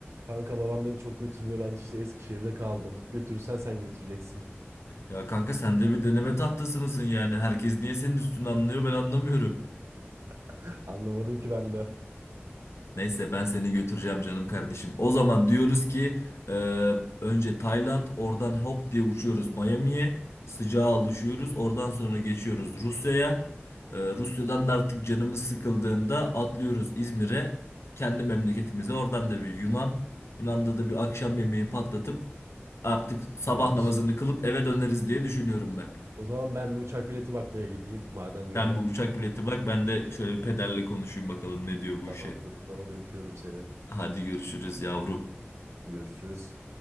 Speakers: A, on the right; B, on the left.
A: Kanka babam beni çok götürmüyor. Ben işte Eskişehir'de kaldım. Götürürsen sen götüreceksin.
B: Ya kanka sen de bir deneme tahtası mısın yani? Herkes niye senin üstünü anlıyor ben anlamıyorum.
A: <laughs> Anlamadım ki ben de.
B: Neyse ben seni götüreceğim canım kardeşim. O zaman diyoruz ki e, önce Tayland oradan hop diye uçuyoruz Miami'ye. Sıcağa alışıyoruz. Oradan sonra geçiyoruz Rusya'ya. E, Rusya'dan da artık canımız sıkıldığında atlıyoruz İzmir'e. Kendi memleketimize oradan da bir Yunan. Yunan'da da bir akşam yemeği patlatıp artık sabah
A: Anlıyoruz.
B: namazını kılıp eve döneriz diye düşünüyorum ben.
A: O zaman ben bir uçak bileti bakmaya gideyim. Madem böyle.
B: Sen bu uçak bileti bak ben de şöyle bir pederle konuşayım bakalım ne diyor bu
A: Tamamdır
B: işe.
A: o zaman öpüyorum seni.
B: Hadi görüşürüz yavrum.
A: Görüşürüz.